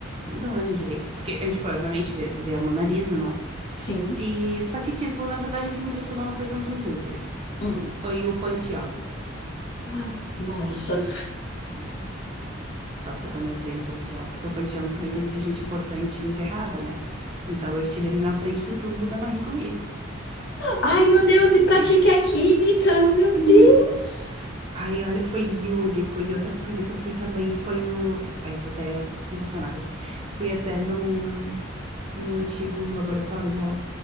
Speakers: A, on the right (about 25°); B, on the left (about 55°).
A: Não lembro direito, porque a gente foi, obviamente, ver, ver a Mona Lisa, não é?
B: Sim.
A: E só que, tipo, na verdade o que me impressionou não foi tanto o Louvre,
B: Hum.
A: foi o Panteão.
B: Ah. Nossa.
A: Yeah. Nossa, quando eu entrei no Panteão, porque o Panteão também tem muita gente importante enterrada, né? Então eu estive ali na frente do túmulo da Marie Curie.
B: Ai, meu Deus, e pratique
A: Sim.
B: a química, meu
A: Sim.
B: Deus.
A: Aí, olha, foi único. E outra coisa que eu fui também foi no. Ai, tô até emocionada aqui. Fui até no, no antigo laboratório dela.